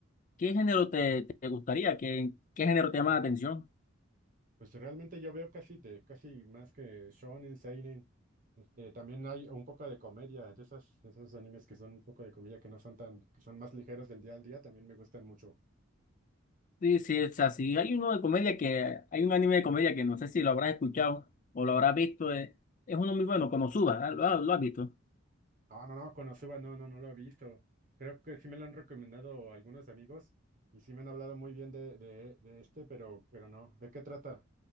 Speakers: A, on the left; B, on the right.
A: ¿qué género te, te gustaría? ¿Qué, qué género te llama la atención?
B: Pues realmente yo veo casi de, casi más que shonen, seinen. Este, también hay un poco de comedia, de esas, de esos animes que son un poco de comedia que no son tan, que son más ligeros del día al día, también me gustan mucho.
A: Sí, sí, o sea, si hay uno de comedia que, hay un anime de comedia que no sé si lo habrás escuchado o lo habrás visto, eh, es, uno muy bueno, Konosuba, ¿ah? ¿Lo, ha- lo has visto?
B: No, no, no, Konosuba no, no, no lo he visto. Creo que sí me lo han recomendado algunos amigos y sí me han hablado muy bien de, de, de este, pero, pero no. ¿De qué trata?